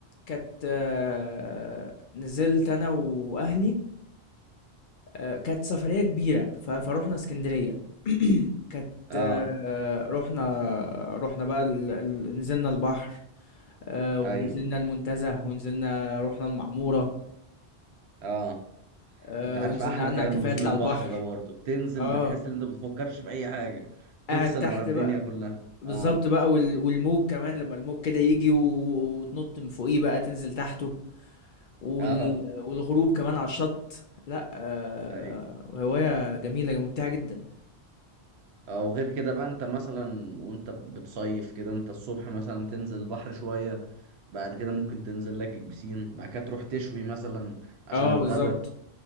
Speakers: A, on the left; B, on the right.
A: كانت آه، نزلت أنا وأهلي آه، كانت سفرية كبيرة ف- فروحنا اسكندرية كانت
B: اه
A: آه، رحنا رحنا بقى ال- ال- نزلنا البحر آه، ونزلنا
B: ايوه
A: المنتزه ونزلنا رحنا المعمورة
B: اه
A: آه،
B: انت عارف
A: ونزلنا
B: احلى
A: قعدنا
B: كلام
A: على الكافيهات
B: نزول
A: اللي
B: البحر
A: على البحر
B: ده برضه بتنزل
A: اه
B: بتحس ان انت بتفكرش في اي حاجه تفصل
A: قاعد تحت
B: عن الدنيا
A: بقى
B: كلها
A: بالظبط
B: اه
A: بقى وال... والموج كمان لما الموج كده يجي و- وتنط من فوقيه بقى تنزل تحته وال...
B: اه
A: والغروب كمان على الشط لا آه...
B: ايوه
A: هواية جميلة ممتعة جدا
B: اه وغير كده بقى انت مثلا وانت بتصيف كده انت الصبح مثلا تنزل البحر شويه بعد كده ممكن تنزل لك البسين بعد كده تروح تشوي مثلا عشان
A: اه
B: الغدا
A: بالظبط